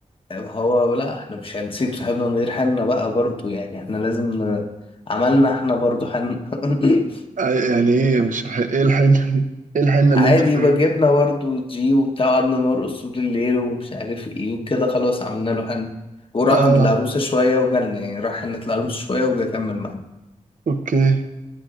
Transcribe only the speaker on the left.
هو لا احنا مش هنسيب صاحبنا من غير حنا بقى برضو يعني احنا لازم ن- عملنا احنا برضو حنا <laughs>
عادي
بقى جبنا برضو جي وبتاع قعدنا نرقص طول الليل ومش عارف ايه وكده خلاص عملنا له حنا وراح
عند العروسة شوية وجالنا يعني راح عند العروسة شوية وجا كمل معانا